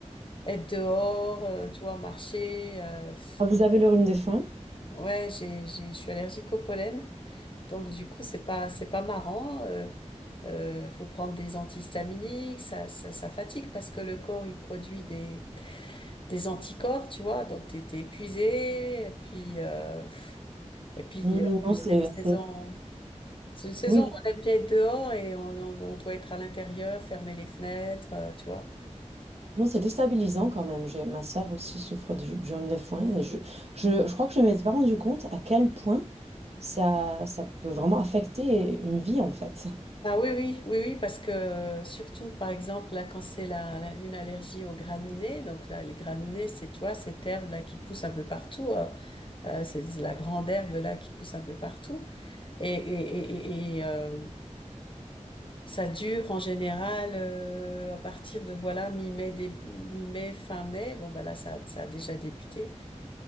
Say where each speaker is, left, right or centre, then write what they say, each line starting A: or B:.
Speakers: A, on the left (about 45°); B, on the right (about 60°).
A: être dehors, euh, tu vois, marcher. euh, pff.
B: Vous avez le rhume des foins?
A: ouais, j'ai, j'ai, je suis allergique au pollen. Donc du coup, c'est pas c'est pas marrant. Euh, euh, faut prendre des antihistaminiques, ça, ça ça fatigue parce que le corps il produit des des anticorps, tu vois. Donc t'es t'es épuisé, et puis euh, pff, et puis
B: Mmh,
A: euh, en plus
B: non,
A: c'est
B: c'est
A: une saison
B: c'est
A: c'est une saison
B: oui,
A: où on aime bien être dehors et on, on, on doit être à l'intérieur, fermer les fenêtres, euh, tu vois.
B: non, c'est déstabilisant quand même. J'ai ma sœur aussi souffre du du rhume des foins et je je je crois que je ne m'étais pas rendu compte à quel point ça ça peut vraiment affecter une vie, en fait.
A: Ah oui oui oui oui parce que euh, surtout par exemple là quand c'est la, la- une allergie aux graminées, donc là les graminées c'est tu vois cette herbe là qui pousse un peu partout. euh, Euh, c'est la grande herbe là qui pousse un peu partout. Et, et, et, et- et, euh, ça dure en général euh, à partir de voilà mi-mai, dé- mi-mai, fin mai. Bon ben là ça, ça a déjà débuté.